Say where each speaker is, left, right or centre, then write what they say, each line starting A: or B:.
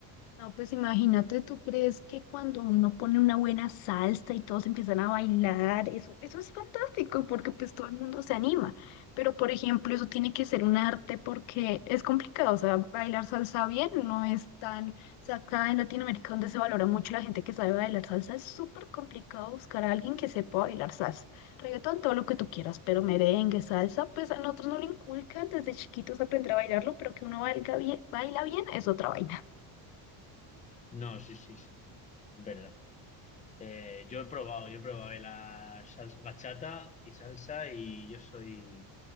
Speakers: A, on the left; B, on the left.
A: No, pues imagínate, ¿tú crees que cuando uno pone una buena salsa y todos empiezan a bailar, eso, eso es fantástico porque pues todo el mundo se anima? Pero por ejemplo, eso tiene que ser un arte porque es complicado, o sea, bailar salsa bien no es tan, o sea, acá en Latinoamérica donde se valora mucho la gente que sabe bailar salsa, es súper complicado buscar a alguien que sepa bailar salsa. Reggaetón, todo lo que tú quieras, pero merengue, salsa, pues a nosotros no lo inculcan desde chiquitos aprender a bailarlo, pero que uno baila bien, baila bien es otra vaina.
B: No, sí, sí, sí, es verdad. Eh, yo he probado, yo he probado la salsa, bachata y salsa y yo soy